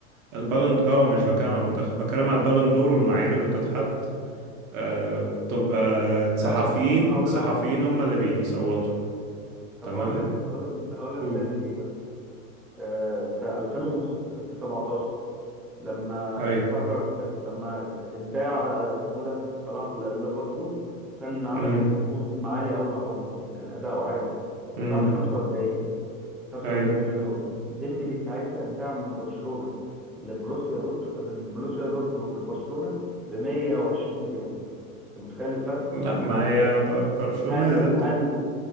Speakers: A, on the right (about 70°); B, in the centre.
A: البالون اه مش بتكلم على المنتخب بتكلم على البالون دور والمعايير اللي بتتحط آه بتبقى صحفيين
B: لا طب هقول
A: صحفيين
B: لك
A: هم اللي بيصوتوا
B: طب
A: تمام
B: هقول لك هقول لك هقول لك
A: قول
B: بدليل ايه مثلا آه في 2006 في 17 لما
A: اي
B: اتحرك لما اتباع آه، اسمه ده صلاح لليفربول كان عمل
A: امم
B: موسم عالي قوي مع روما وكان اداؤه عالي
A: امم
B: اتباع ب 45 45
A: اي
B: مليون يورو ديمبلي ساعتها اتباع من برشلونة لبروسيا دورت من بروسيا دورتموند لبرشلونة ب 120 مليون انت متخيل الفرق
A: لا
B: طب
A: ما هي بر- برشلونة
B: هل
A: هي اللي بت...
B: هل